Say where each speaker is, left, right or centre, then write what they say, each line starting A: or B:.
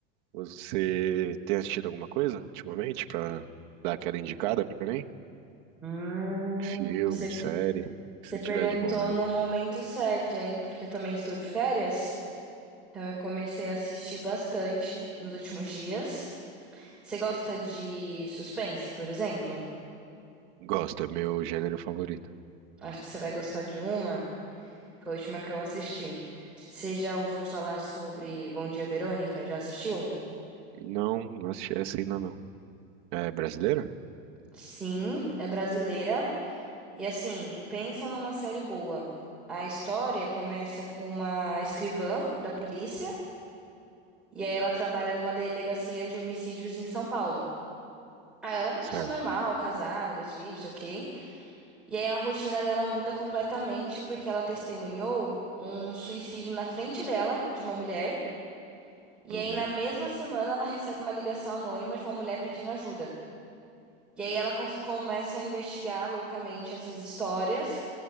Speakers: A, on the right; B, in the centre.
A: Você tem assistido alguma coisa ultimamente pra dar aquela indicada pra mim?
B: Hum,
A: Filme,
B: você
A: série, o
B: você
A: que você
B: perguntou
A: tiver de bom aí.
B: no momento certo, hein? Porque eu também estou de férias. Então eu comecei a assistir bastante nos últimos dias. Você gosta de suspense, por exemplo?
A: Gosto, é meu gênero favorito.
B: Acho que você vai gostar de uma. Foi a última que eu assisti. Você já ouviu falar sobre Bom Dia, Verônica? Já assistiu?
A: Não, não assisti essa ainda não. É brasileira?
B: Sim, é brasileira. E assim, pensa numa série boa. A história começa com uma escrivã da polícia, e aí ela trabalha numa delegacia de homicídios em São Paulo. Aí ela é uma
A: Certo.
B: pessoa normal, casada, dois filhos, ok? E aí a rotina dela muda completamente porque ela testemunhou um suicídio na frente dela, de uma mulher. E
A: Uhum.
B: aí na mesma semana ela recebe uma ligação anônima de uma mulher pedindo ajuda. E aí ela cons- começa a investigar loucamente essas histórias